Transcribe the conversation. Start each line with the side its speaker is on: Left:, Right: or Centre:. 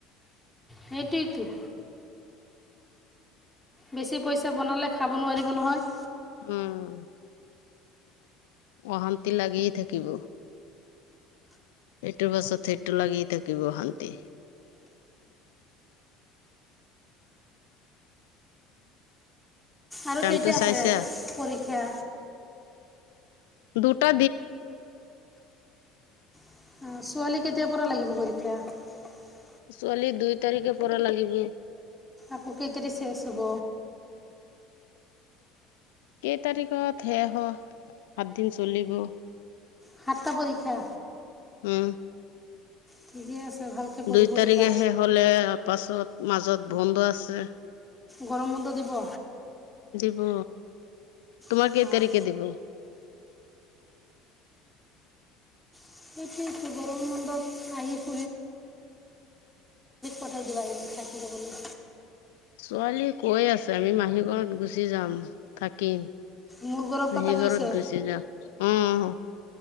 Centre: সেইটোৱেতো বেছি পইচা বনালে খাব নোৱাৰিব নহয়।
Left: উম অশান্তি লাগিয়ে থাকিব। এইটোৰ পাছত এইটো লাগি থাকিব অশান্তি
Centre: আৰু
Left: টাইমটো
Centre: কেইটা আছে
Left: চাইছা
Centre: পৰীক্ষা
Left: দুটা
Centre: <inaudible>
Left: ছোৱালী দুই তাৰিখে পৰা লাগিব
Centre: আকৌ কেই তাৰিখে ছেচ হ'ব
Left: কেই তাৰিখত শেষ হয় সাতদিন চলিব
Centre: সাতটা পৰীক্ষা।
Left: উম
Centre: ঠিকে আছে ভালকৈ পঢ়িব
Left: দুই তাৰিখে
Centre: দিবা
Left: শেষ হলে তাৰ পাছত মাজত বন্ধ আছে
Centre: গৰম বন্ধ দিব।
Left: অহ তোমাক
Centre: অঁ
Left: কেই তাৰিখে দিব
Centre: সেইটোৱেতো গৰম বন্ধত ছোৱালীক পঠাই দিবা আহিব থাকি যাবলৈ
Left: ছোৱালী কৈ আছে আমি মাহীঘৰত গুচি যাম থাকিম।
Centre: মোৰ ঘৰৰ
Left: মহী
Centre: কথা কৈছে
Left: ঘৰত গুচি যাম উম।